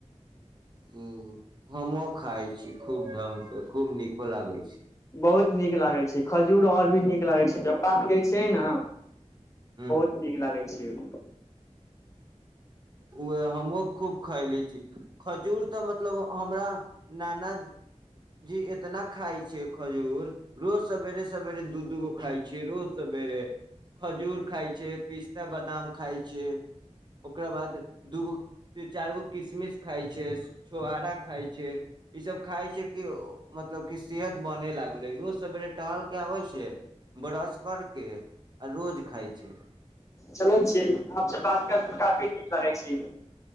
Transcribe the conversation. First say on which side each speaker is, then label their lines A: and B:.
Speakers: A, on the right; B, on the left.
A: ह हमो खाय छी खूब ढंग के खूब नीको लागै छै
B: बहुत नीक लागै छै खजूर आओर भी नीक लागै छै जब पाक गिरे छियै
A: ह
B: बहुत नीक लागै छै जो
A: ओ हमहूँ खूब खयले छी खजूर तऽ मतलब हमरा नानाजी एतना खाइ छै खजूर रोज सवेरे सवेरे दू दूगो खाइ छै रोज सवेरे खजूर खाइ छै पिस्ता बादाम खाइ छै ओकरा बाद दूगो ती चारि गो किशमिश खाइ छै छोहारा खाइ छै इसभ खाइ छै की मतलब कि सेहत बनै लागलै रोज सवेरे टहल कऽ आबै छै ब्रश कर कऽ आ रोज खाइ छै
B: चलै छी आपसे बात कर के काफी नीक लगै छी